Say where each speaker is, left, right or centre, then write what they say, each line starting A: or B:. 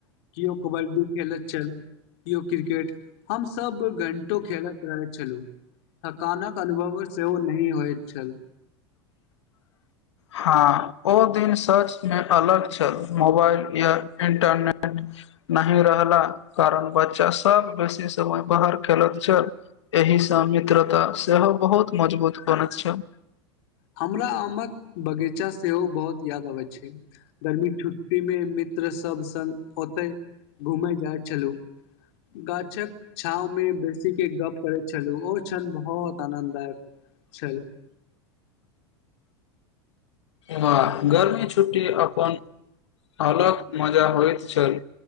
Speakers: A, on the left; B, on the left.
A: केओ कबड्डी खेलैत छल केओ क्रिकेट हम सब घंटों खेलैत रहैत छलु थकानक अनुभव सेहो नहि होइत छल
B: हँ ओ दिन सचमे अलग छल मोबाइल या इन्टरनेट नहि रहला कारण बच्चा सब बेसी समय बाहर खेलैत छल एहिसँ मित्रता सेहो बहुत मजबूत बनैत छल
A: हमरा आमक बगीचा सेहो बहुत याद आबैत छै गर्मी छुट्टी मे मित्र सब संग ओते घुमेै जाइ छलहु गाछक छांव में बेसी के गप करैत छलु ओ क्षण बहुत आनन्ददायक छल
B: वाह गर्मी छुट्टी अपन अलग मजा होइत छल